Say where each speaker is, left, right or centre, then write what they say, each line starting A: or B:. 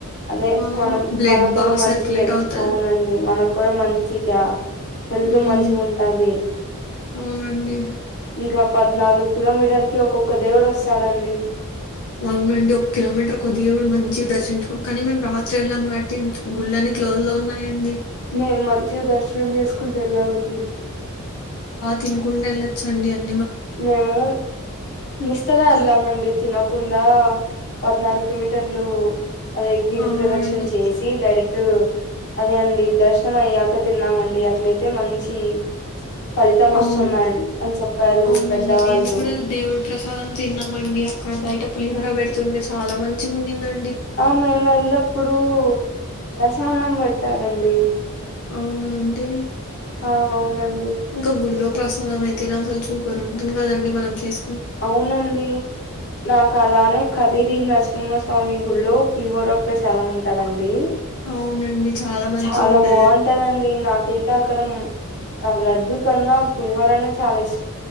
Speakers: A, on the left; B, on the left.
A: అదే
B: ఆ!
A: మనం
B: బ్లడ్
A: మనకు కూడా
B: బా
A: మంచిగద్
B: సర్క్యులేట్ అవుతది.
A: అవునండి మనక్ కూడా మంచిగా హెల్త్
B: ఉమ్
A: మంచిగుంటాది.
B: అవునండి
A: ఇంకా పద్నాల్గు కిలోమీటర్లకి ఒక్కొక్క దేవుడ్ వస్తాడండి.
B: అవునండి ఒక్ కిలోమీటర్కో దేవుడు మంచిగ దర్శించుకోన్ కానీ మేము రాత్రి ఎళ్ళాం కాబట్టి గుళ్ళని క్లోజ్లో ఉన్నాయండి.
A: మేం మంచిగ దర్శనం చేస్కుంటూ ఎళ్ళామండి.
B: తినుకుంట ఎళ్లచ్చండి అన్
A: మేము నిష్టగా
B: కా-
A: ఎళ్ళామండి తిన కుండా పద్నాల్గు కిలోమీటర్లు అదే గిరిప్రదక్షిణ
B: ఆ అండి
A: చేసి డైరెక్ట్ అదే అండి దర్శనం అయ్యాక తిన్నామండి అట్లయితే మంచి ఫలితం వస్తుందన్
B: అవును
A: అన్ చెప్పారు.
B: అవునండి
A: పెద్దవాళ్ళు
B: మేం గుడా దేవుడ్ ప్రసా ప్రసాదం తిన్నామండి అక్కడ బైట పులిహోర పెడుతుండే చాలా మంచిగుండిందం
A: ఆ మేం ఎల్లప్పుడు రసమన్నం పెట్టారండి.
B: అవునా అండి.
A: హా అవునం
B: ఇంకా గుల్లో ప్రసాదం అయితేనే అసల్ సూపర్ ఉంటుంన్ కదండి మనం చేస్
A: అవునండి నాక్ అలానే కదిరి నరసింహ స్వామి గుళ్లో పులిహోర ప్రసాదం ఉంటదండి.
B: అవునండి మంచిగా
A: చాలా
B: ఉంటది
A: బాగుంటదండి నాకైతే అక్కడ ఆ లడ్డు కన్నా పులిహోరనే చాలా ఇష్